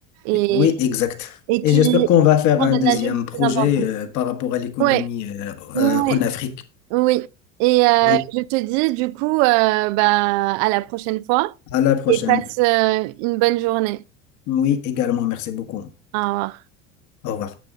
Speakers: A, on the right; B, on the left.
A: et,
B: Oui, exact.
A: et
B: Et
A: qui
B: j'espère qu'on va faire
A: rendent
B: un deuxième
A: l'analyse
B: projet
A: très importante.
B: euh, par rapport à l'économie
A: Ouais,
B: euh,
A: ouais,
B: euh, en Afrique.
A: oui. Et euh,
B: Oui,
A: je te dis, du coup, euh, bah, à la prochaine fois
B: à la prochaine.
A: et passe euh, une bonne journée.
B: Oui, également, merci beaucoup.
A: Au revoir.
B: Au revoir.